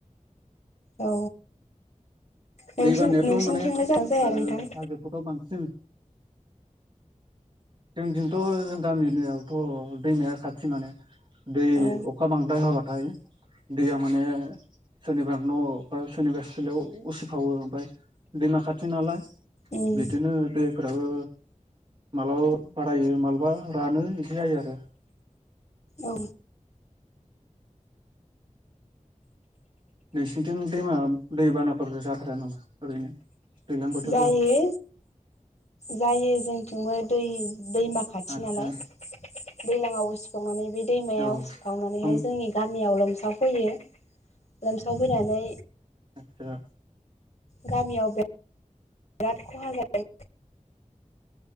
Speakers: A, on the left (about 55°); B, on the right (about 35°).
A: औ नोंसि
B: दै बानायाथ'
A: नोंसिनिथिं
B: माने
A: लाय जागोन ना जाया
B: ओ
A: नोंथां
B: हाजोफोराव बांसिन जोंनिथिंथ' जों गामिनियावथ' दैमाया खाथि माने दै
A: औ
B: अखा बांद्राय हाबाथाय दैया माने सोरनिबा न' बा सोरनिबा सिलायाव उसिफावो ओमफ्राय दैमा खाथि नालाय
A: उम
B: बिदिनो दैफोराबो माबलाबा बारायो मालाबा रानो बिदि जायो आरो।
A: औ
B: नोंसिनिथिं दैमा दैबानाफोर जाथारा नामा ओरैनो दैज्लां बोथोरफोराव
A: जायो जायो जोंथिंबो दै दैमा खाथि
B: आदसा
A: नालाय दैलाङाव उसिफावनानै बे दैमाया
B: औ
A: उसिफावनानैहाय
B: होम
A: जोंनि गामियाव लोमसाव साव फैयो लोमसाव फैनानै
B: आतसा
A: गामियाव बे बिराद खहा जादों